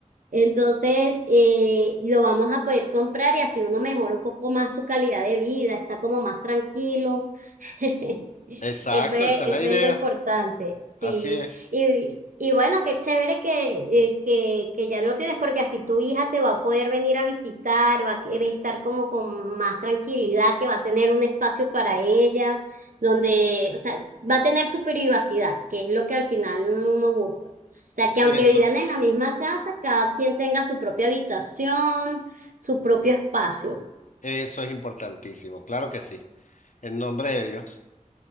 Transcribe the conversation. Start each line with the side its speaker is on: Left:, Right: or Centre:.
Right: Entonces, eh, lo vamos a poder comprar y así uno mejora un poco más su calidad de vida, está como más tranquilo. <laughs>
Left: Exacto,
Right: Eso es,
Left: esa es la
Right: eso
Left: idea.
Right: es lo importante, sí.
Left: Así es.
Right: Y, y bueno, qué chévere que, eh, que, que ya lo tienes, porque así tu hija te va a poder venir a visitar, va a, que- va a estar como con más tranquilidad, que va a tener un espacio para ella, donde, o sea, va a tener su privacidad, que es lo que al final uno busca. O sea, que
Left: Eso,
Right: aunque vivan en la misma casa, cada quien tenga su propia habitación, su propio espacio.
Left: eso es importantísimo. Claro que sí. En nombre de Dios.